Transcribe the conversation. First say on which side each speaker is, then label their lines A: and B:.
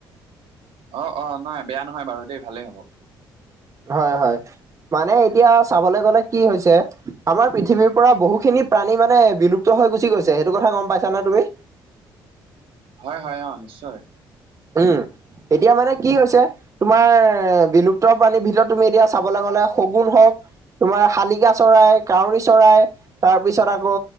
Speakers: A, on the right; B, on the right.
A: অ', অ', নাই বেয়া নহয় বাৰু দেই ভালেই হ'ব।
B: হয়, হয়। মানে এতিয়া চাবলৈ গ'লে কি হৈছে, আমাৰ পৃথিৱীৰ পৰা বহুখিনি প্ৰাণী মানে বিলুপ্ত হৈ গুচি গৈছে সেইটো কথা গম পাইছা নে তুমি?
A: হয়, হয়, অ', নিশ্চয়।
B: উম। এতিয়া মানে কি হৈছে, তোমাৰ বিলুপ বিলুপ্ত প্ৰাণীৰ ভিতৰত তুমি এতিয়া চাবলৈ গ'লে শগুন হওক তোমাৰ শালিকা চৰাই, কউৰী চৰাই। তাৰ পিছত আকৌ